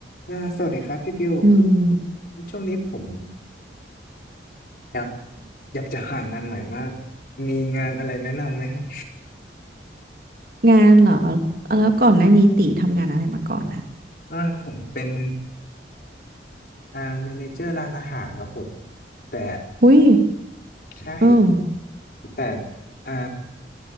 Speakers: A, on the left; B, on the right.
A: อ่าสวัสดีครับพี่บิวคือ
B: อืม
A: ช่วงนี้ผมอยากอยากจะหางานใหม่มากมีงานอะไรแนะนำไหมฮะ
B: งานเหรอ แล้วก่อนหน้านี้ตีทำงานอะไรมาก่อนอะ
A: ว่าผมเป็นอ่าเมเนเจอร์ร้านอาหารครับผมแต่
B: หุ้ย
A: ใช่
B: เออ
A: แต่อ่า